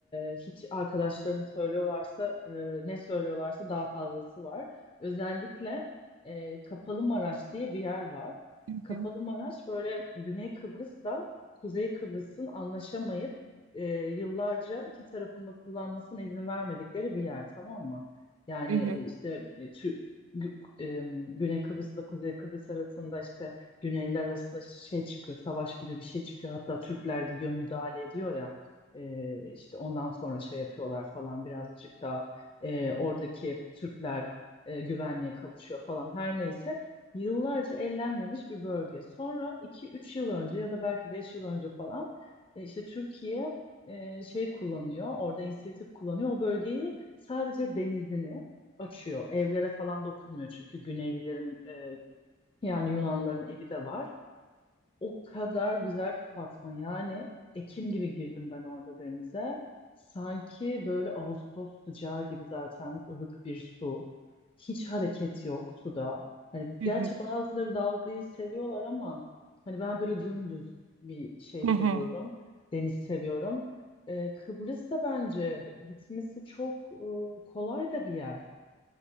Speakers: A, on the left; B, on the right.
A: e, hiç arkadaşların söylüyorlarsa e, ne söylüyorlarsa daha fazlası var. Özellikle e, Kapalı Maraş diye bir yer var.
B: Hı
A: Kapalı
B: hı.
A: Maraş böyle Güney Kıbrıs'la Kuzey Kıbrıs'ın anlaşamayıp e, yıllarca iki tarafında kullanmasına izin vermedikleri bir yer tamam mı? Yani
B: Hı hı.
A: e, işte e, Tür- Gü- e, Güney Kıbrıs'la Kuzey Kıbrıs arasında işte Güneyler arasında işte şey çıkıyor, savaş gibi bir şey çıkıyor. Hatta Türkler gidiyor müdahale ediyor ya. E, işte ondan sonra şey yapıyorlar falan birazcık daha e, oradaki Türkler e, güvenliğe kavuşuyor falan her neyse. Yıllarca ellenmemiş bir bölge. Sonra iki üç yıl önce ya da belki 5 yıl önce falan e, işte Türkiye e, şey kullanıyor, orada inisiyatif kullanıyor. O bölgeyi sadece denizini açıyor. Evlere falan dokunmuyor çünkü Güneylilerin e, yani Yunanların evi de var. O kadar güzel ki Fatma. Yani Ekim gibi girdim ben orada denize. Sanki böyle Ağustos sıcağı gibi zaten ılık bir su. Hiç hareket yok suda. Hani gerçi
B: Hı hı.
A: bazıları dalgayı seviyorlar ama hani ben böyle dümdüz bir şey seviyorum.
B: Hı hı.
A: Deniz seviyorum. Ee, Kıbrıs da bence gitmesi çok e, kolay da bir yer.